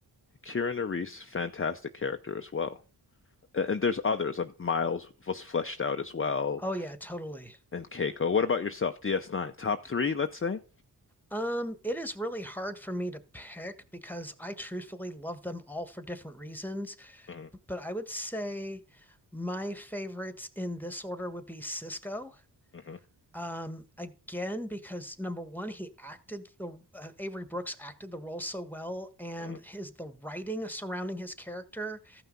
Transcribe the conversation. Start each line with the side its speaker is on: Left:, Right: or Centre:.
Left: Kira Nerys, fantastic character as well. A- And there's others. Um, Miles was fleshed out as well,
Centre: Oh yeah, totally.
Left: and Keiko. What about yourself? DS9, top three, let's say.
Centre: Um, it is really hard for me to pick because I truthfully love them all for different reasons,
Left: hmm
Centre: B- but I would say my favorites in this order would be Cisco.
Left: hmm
Centre: Um, again, because number one, he acted the uh, Avery Brooks acted the role so well, and
Left: hmm
Centre: his the writing surrounding his character